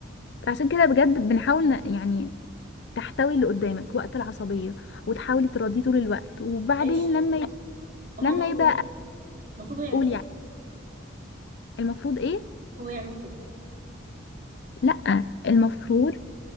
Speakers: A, on the left; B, on the right.
A: فعشان كده بجد بنحاول ن- يعني تحتوي اللي قدامك وقت العصبية وتحاولي تراضيه طول الوقت وبعدين
B: ماشي
A: لما ي...
B: هو
A: لما
B: مكتوب
A: يبقى
B: المفروض هو يعمل
A: اقول
B: كده
A: يعني المفروض ايه
B: هو يعمل كده
A: لا المفروض